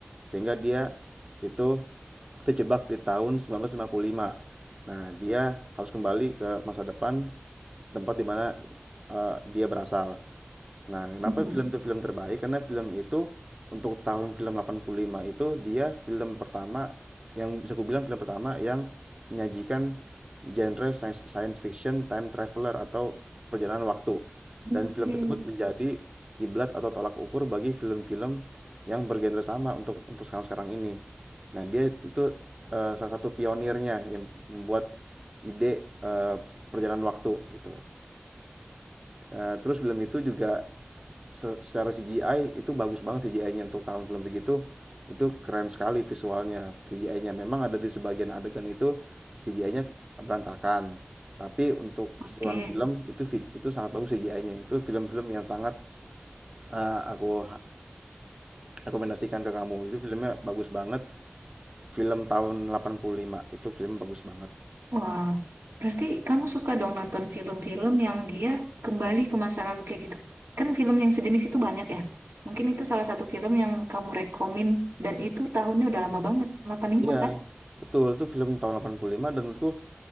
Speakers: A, on the right; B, on the right.
A: sehingga dia itu terjebak di tahun 1955. Nah, dia harus kembali ke masa depan tempat di mana eh, dia berasal. Nah, kenapa
B: Mhm.
A: film itu film terbaik? Karena film itu untuk tahun film 85 itu dia film pertama yang bisa kubilang film pertama yang menyajikan genre science, science fiction time traveler atau perjalanan waktu.
B: Oke.
A: Dan film tersebut menjadi kiblat atau tolak ukur bagi film-film yang bergenre sama untuk untuk sekarang-sekarang ini. Nah, dia itu eh, salah satu pionirnya yang membuat ide eh, perjalanan waktu gitu. Eh, terus film itu juga se- secara CGI itu bagus banget CGI-nya untuk tahun film segitu itu keren sekali visualnya CGI-nya memang ada di sebagian adegan itu CGI-nya berantakan tapi untuk
B: Oke,
A: keseluruhan film itu itu sangat bagus CGI-nya itu film-film yang sangat eh, aku rekomendasikan ke kamu itu filmnya bagus banget film tahun 85 itu film bagus banget
B: Wah, berarti kamu suka dong nonton film-film yang dia kembali ke masa lalu kayak gitu. Kan film yang sejenis itu banyak ya. Mungkin itu salah satu film yang kamu rekomin dan itu tahunnya udah lama banget, delapan lima
A: iya
B: kan?
A: betul itu film tahun 85 dan menurutku